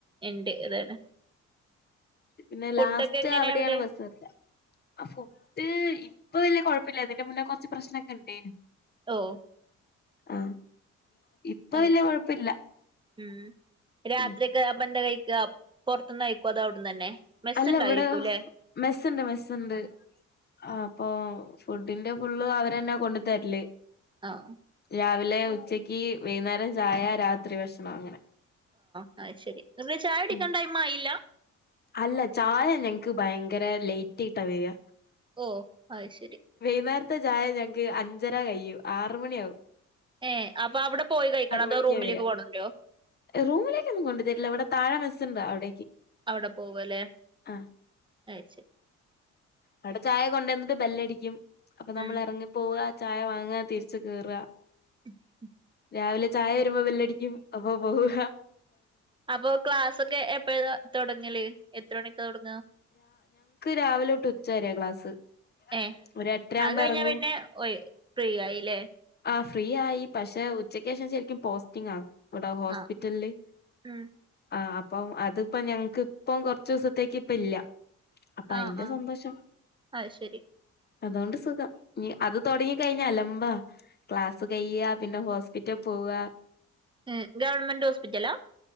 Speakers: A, on the right; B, on the left.
A: ഇണ്ട് അതാണ്
B: പിന്നെ
A: ഫുഡൊക്കെ
B: ലാസ്റ്റ്
A: എങ്ങനെ
B: അവിടെയാണ്
A: അവിടെ
B: ബസ് എർത്ത ആ ഫുഡ് ഇപ്പ വലിയഴപ്പില്ലതിന്റെ മുന്നേ കുറച്ച് പ്രശ്നമക്കെണ്ടേന്
A: ഓ
B: ആഹ ഇപ്പൊ
A: അത്
B: വല്ല
A: ശരി
B: കൊഴപ്പില്ല
A: ഉം രാത്രിയക്കെ
B: ഉം
A: ബന്ത കഴിക്കുക പുറത്തുന്നന്ന്ായിക്കോ അത അവിടന്ന് തന്നെ മെസ്സ്ണ്ടായിരിക്കുംല്ലെ
B: അല്ല ഇവിടെ മെസ്സുണ്ട് മെസ്സണ്ട് ആ് ഇപ്പൊ ഫുഡിന്റെ ഫുള്ള് അവരന്നെ കൊണ്ടു തരില്േ
A: ആഹ
B: രാവിലെ ഉച്ചക്ക് വൈകുന്നേരം ചായ രാത്രി ഭക്ഷണം അങ്ങനെ
A: ആഹ ശെരി നിങ്ങ ചായ അടിക്കാൻ
B: ഉം
A: ടൈം ആയില്ല
B: അല്ല ചായ ഞങ്ങക്ക് ഭയങ്കര ലേറ്റ് ആയിട്ടാണ് വരിക
A: ഓ അ ശരി
B: അന്നേരത്തെ ചായ ഞങ്ങൾക്ക് അഞ്ചര കയും ആറ മണിയാകും
A: ഏ അപ്പൊ അവിടെ പോയി കഴിക്കണം അതോ
B: മണിക്കാ
A: റൂമിലേക്ക്
B: വരിക
A: പോണണ്ടോ
B: റൂമിലേക്കൊന്നും കൊു തരില്ല ഇവിടെ തഴെസ്സുണ്ട് അവിടേക്ക്
A: അവിടെ പോവ അല്ലേ
B: ആ
A: അ ശരി
B: അവിടെ ചായ കൊണ്ടുവന്നിട്ട് ബെല്ലടിക്കും അപ്പൊ നമ്മൾ
A: ഉം
B: ഇറങ്ങിപ്പോവുക ചായ വാങ്ങ രിച്ചു കയറ
A: ഉ <unintelligible>
B: രാവിലെ ചായ വരുമ്പോ വെള്ളടിക്കും അപ്പ പോവ
A: അപ്പൊ ക്ലാസ്ൊക്കെ എപ്പഴ തുൊടങ്ങല്േ എത്ര മണിക്കെ തുൊടങ്ങ
B: രാവിലെോട്ട് ഉച്ച ക്ലാസ്
A: ഏ
B: ഒരു എട്ടരയാകുമ്പോ
A: അത് കഴിഞ്ഞ
B: ഇറങ്ങും
A: പിന്നെ പ്രിയായില്ലേ
B: ആ ഫ്രീ ആയി പക്ഷെ ഉച്ചക്ക് ശേഷം ശരിക്കും പോസ്റ്റിംഗ ആ ഇവിടെ ഹോസ്പിറ്റല്
A: ആഹ് ഉം
B: ആ അപ്പം അതിപ്പ ഞങ്ങക്ക് ഇപ്പ കൊറച്ച ദിവസത്തേക്ക് ഇപ്പ ഇല്ല അപ്പൊ
A: ആഹ
B: അയിന്റെ
A: ആഹ
B: സന്തോഷം
A: ആ ശരി
B: അതുകൊണ്ട് സുഖം അത് തുടങ്ങി കഴിഞ്ഞ അലമ്പ ക്ലാസ്സ് കഴ്യാ പിന്നെ ഹോസ് പിറ്റെ പോവ
A: ഉ ഗവൺമെന്റ് ഹോസ്പിറ്റലാ